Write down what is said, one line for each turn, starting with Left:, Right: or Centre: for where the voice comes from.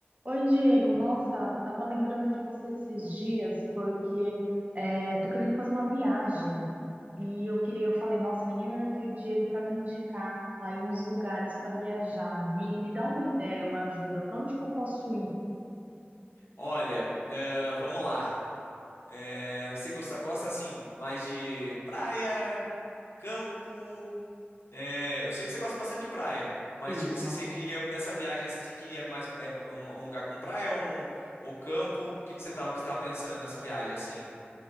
Right: Oi, Diego. Nossa, tava lembrando de você esses dias porque é, tô querendo fazer uma viagem e eu queria, eu falei, nossa, ninguém melhor que o Diego para me indicar aí uns lugares para viajar. Me, me dá uma ideia, uma ajuda. Para onde que eu posso ir?
Left: Olha, eh, vamos lá. Eh, você gosta, gosta assim mais de praia, campo? Eh, eu sei que você gosta bastante de praia, mas
Right: Isso.
Left: tipo assim, você queria dessa viagem assim, queria mais eh, um, um lugar com praia ou, um- ou campo? O que que você tá, o que estava pensando nessa viagem assim?